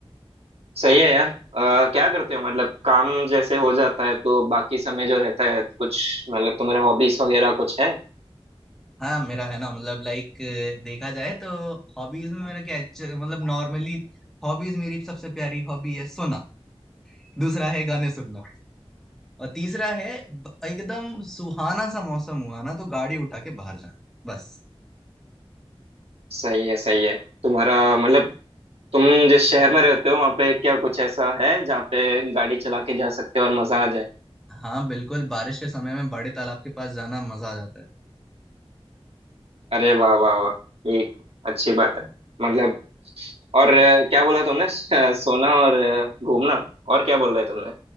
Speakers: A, on the right; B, in the centre.
A: सही है यार अ, क्या करते हो मतलब काम जैसे हो जाता है तो बाकी समय जो रहता है कुछ मतलब तुम्हारे हॉबीज वगैरह कुछ है
B: हाँ मेरा है ना मतलब लाइक देखा जाए तो हॉबीज में मेरा क्या है, च- मतलब नॉर्मली हॉबीज मेरी सबसे प्यारी हॉबी है सोना दूसरा है गाने सुनना और तीसरा है ब- एकदम सुहाना सा मौसम हुआ ना तो गाड़ी उठा के बाहर जाना बस
A: सही है सही है तुम्हारा मतलब तुम जिस शहर में रहते हो वहाँ पे क्या कुछ ऐसा है जहाँ पे गाड़ी चला के जा सकते हो और मजा आ जाए
B: हाँ बिल्कुल बारिश के समय में बड़े तालाब के पास जाना मजा आ जाता है
A: अरे वाह वाह वाह ये अच्छी बात है मतलब और अ, क्या बोला तुमने <laughs> अ, सोना और अ, घूमना और क्या बोल रहे तुमने